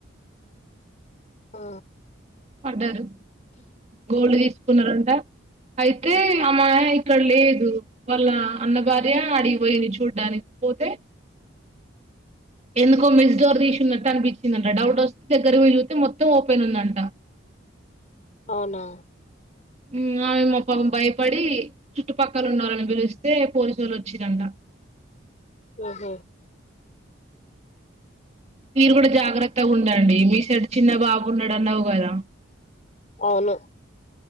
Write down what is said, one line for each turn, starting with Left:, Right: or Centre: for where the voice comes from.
Left: ఆ
Right: పడ్డారు గోల్డు తీసుకున్నారంట అయితే ఆమె ఇక్కడ లేదు వాళ్ళ అన్న భార్య అడిగిపోయింది చూడానికి పోతే ఎందుకో మెస్డోర్ తీసున్నట్ కనిపించిందంట డౌట్ వస్తే దగ్గర పోయి చుస్తే మొత్తం ఓపెన్ ఉందంట
Left: అవునా
Right: హు ఆమె మొఖం భయపడి చుట్టుపకోనోళ్లని పిలిస్తే పోలీసోలు వచ్చిరంట
Left: ఆహ
Right: మీరు కూడా జాగ్రత్తగా ఉండండి మీ సైడ్ చిన్న బాబున్నాడు అన్నావు కదా
Left: అవును